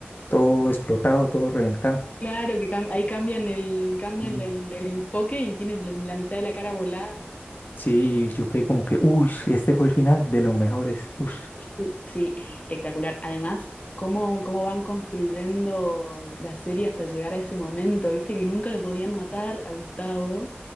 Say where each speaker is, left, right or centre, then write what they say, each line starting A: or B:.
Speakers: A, on the left; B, on the left.
A: todo explotado, todo reventado.
B: Claro que cam- ahí cambian el, cambian
A: Y
B: el, el enfoque y tienen la la mitad de la cara volada.
A: sí, yo quedé como que, uy, este fue el final de los mejores, uy,
B: Es que Sí, es espectacular. Además, cómo, cómo van construyendo la serie hasta llegar a ese momento, viste que nunca lo podían matar a Gustavo